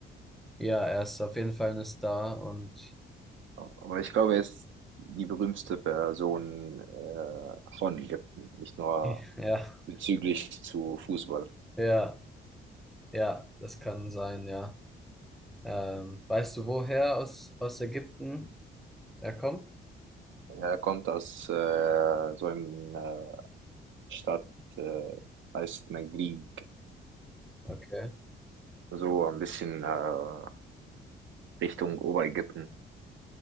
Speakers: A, in the centre; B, on the right.
A: Ja, er ist auf jeden Fall eine Star und
B: Aber ich glaube, er ist die berühmteste Person äh, von Ägypten, nicht nur
A: <laughs> ja,
B: bezüglich zu Fußball.
A: ja, ja, das kann sein, ja. Ähm, weißt du, woher aus, aus Ägypten er kommt?
B: Er kommt aus äh, so einem äh, Stadt, äh, heißt Naglib.
A: Okay,
B: so ein bisschen äh, Richtung Oberägypten.